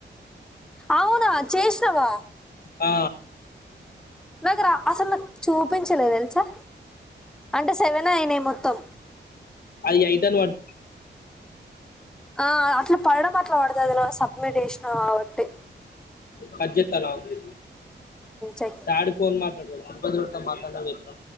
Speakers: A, in the centre; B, on the left.
A: ఔనా చేష్నవా
B: ఆ
A: నాకు రా అసలు నాక్ చూపించలే తెల్సా అంటే సెవెనే అయినాయ్ మొత్తం
B: అది ఎయిట్ అని పడ్
A: ఆ అట్ల పడటం అప్ ఎట్లబడితే అదిల సబ్మిట్ చేసినవ్ కావట్టి
B: కడ్జేత్తాన్ ఆగు
A: చెయ్
B: దాడ్ ఫోన్ మాట్లాడతారు తో మాట్లాడిన అని చెప్ప్తా